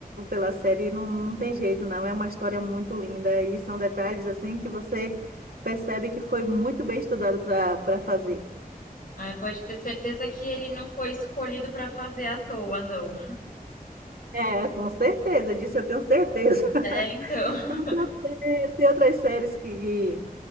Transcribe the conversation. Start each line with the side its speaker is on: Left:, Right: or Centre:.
Right: pela série não, não tem jeito não é uma história muito linda e são detalhes assim que você percebe que foi muito bem estudado para para fazer
Left: Ah, pode ter certeza que ele não foi escolhido para fazer à toa, não.
Right: É, com certeza, disso eu tenho certeza. <laughs>
Left: É, então. <laughs>
Right: Eu tenho- Tem tem outras séries que,